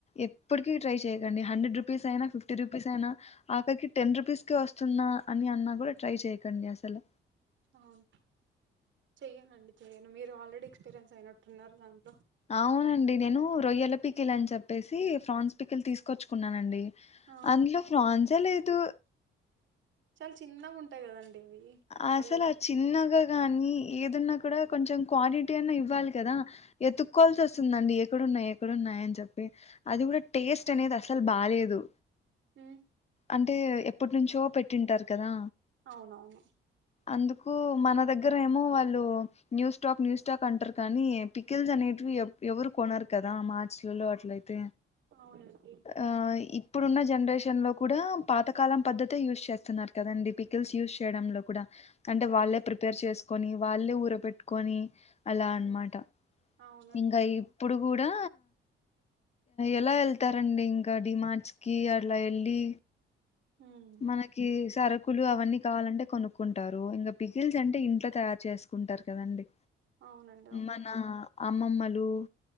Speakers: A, on the left (about 35°); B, on the right (about 70°).
A: ఎప్పటికీ ట్రై చెయ్యకండి హండ్రెడ్ ర రుపీస్ అయినా ఫిఫ్టీ రూపీస్ అయినా ఆకరికి టెన్ రూపీస్క వస్తుంది వస్తున్నా అని అన్నా కూడా ట్రై చేయకండి అసలు
B: అవును చెయ్యనండి చెయ్యను మీరు ఆల్రెడీ ఎక్స్పీరియన్స్ అయినట్టున్నారు దానికి
A: అవునండి నేను రొయ్యలో పీకిల్ అని చెప్పను చెప్పేసి ఫాన్స్ పికిల్ తీసుకొచ్చుకున్నాన అండి
B: ఆ
A: అందులో ఫ్రాన్స్ ఏ లేదు
B: చాలా చిన్నగా ఉంటాయి కదండి ఇవి
A: ఆసలు
B: పళ్ళు
A: చిన్నగా కానీ ఏదున్నా కూడా కొంచెం క్వాలిటీ అన్నా ఇవ్వాలి కదా ఎతుక్కవాల్సి వస్తుందండి ఎక్కడన్నాయి ఎక్కడన్నాయ అని చెప్పి అది కూడా టేస్ట్ అనేది అసలు బాలేదు
B: హ
A: అంటే ఎప్పటి నుంచో పెట్టింటారు కదా
B: అవునవును
A: అందుకు మన దగ్గర ఏమో వాళ్ళు న్యూస్ టాక్ న్ూస్ స్టాక్ అంటారు కానీ పికిల్స్ అనే ఎవరు కొనరు కదా మార్చలలో అట్లయితే
B: అవునండి
A: ఆ ఇప్పుడున్న జనరేషన్ లో కూడా పాతకాలం పద్ధతి యూస్్ చేస్తున్నారు కదండి పికల్స్ యూ చేయడంలో కూడా అంటే
B: అవు
A: వాళ్ళే ప్రిపేర్ చేసు కొని వాళ్ళే ఊర పెట్టుకొని అలా అన్నమాట
B: హ్మ్ అవునండి
A: ఇంకా
B: అవును
A: ఇప్పుడు కూడా ఎలా వెళ్తారండి ఇంకా డిమార్ట్స్ కి అలా వెళ్ళి
B: హ్మ్
A: మనకి సరుకులు అవన్నీ కావాలంటే కొనుక్కుంటారు ఇంకా పిగిల్స్ అంటే ఇంట్లో తయారు చేసుకుంటారు కదండి
B: అవునండి అవును
A: మన అమ్మమ్మలు